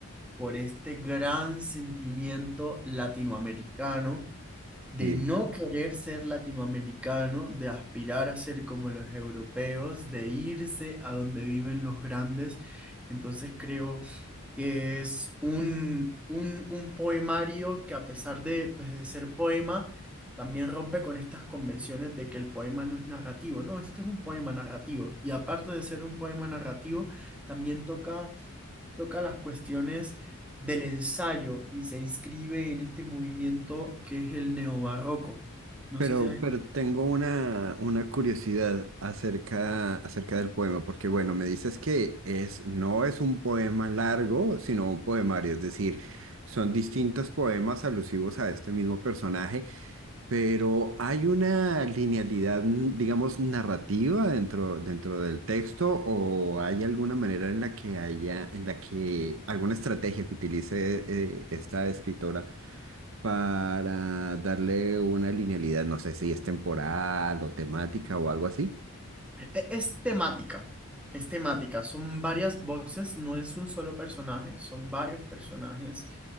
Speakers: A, in the centre; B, on the right.
A: por este gran sentimiento latinoamericano de
B: sí
A: no querer ser latinoamericano, de aspirar a ser como los europeos, de irse a donde viven los grandes. Entonces creo que es un, un, un poemario que a pesar de, pues, de ser poema, también rompe con estas convenciones de que el poema no es narrativo. No, este es un poema narrativo. Y aparte de ser un poema narrativo, también toca toca las cuestiones del ensayo y se inscribe en este movimiento que es el neobarroco. No
B: Pero,
A: sé si has escuchado.
B: pero tengo una, una curiosidad acerca, acerca del poema, porque bueno, me dices que es, no es un poema largo, sino un poemario, es decir, son distintos poemas alusivos a este mismo personaje, pero hay una linealidad, mm, digamos, narrativa dentro, dentro del texto, o hay alguna manera en la que haya, en la que alguna estrategia que utilice eh, esta escritora para darle una linealidad, no sé si es temporal o temática o algo así.
A: E- Es temática, es temática. Son varias voces, no es un solo personaje, son varios personajes